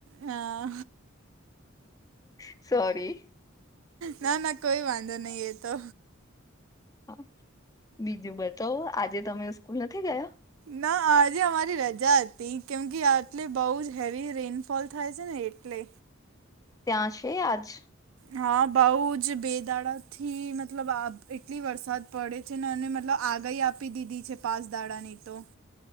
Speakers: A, on the right (about 75°); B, on the left (about 15°).
A: હા
B: સોરી.
A: ના ના કોઈ વાંધો નહી. એ તો.
B: હા! બીજું બતાવો. આજે તમે સ્કૂલ નથી ગયા?
A: ના. આજે અમારી રજા હતી. કેમ કે, આટલો બહુ જ હેવી રેઇનફોલ થાય છે. ને એટલે
B: ત્યાં છે આજ?
A: હા! બઉ જ બે દાડા થી, મતલબ આ એટલો વરસાદ પડે. છે ને અને મતલબ આગાહી આપી દીધી છે. પાંચ દાડાની તો.